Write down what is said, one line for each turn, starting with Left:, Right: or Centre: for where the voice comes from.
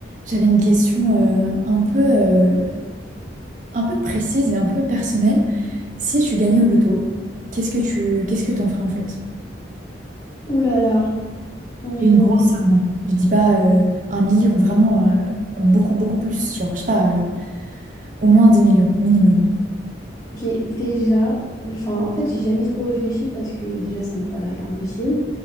Right: J'avais une question euh, un peu, euh, un peu précise et un peu personnelle. Si tu gagnais au loto, qu'est-ce que tu, qu'est-ce que t'en ferais en fait?
Left: Ouh là là. Hum,
Right: Et une grosse somme. hein. Je dis pas euh, un million, vraiment euh, beaucoup, beaucoup plus. Genre, je sais pas, euh, au moins des millions minimum.
Left: ok, déjà, enfin, en fait, j'ai jamais trop réfléchi parce que déjà, ça me paraît impossible.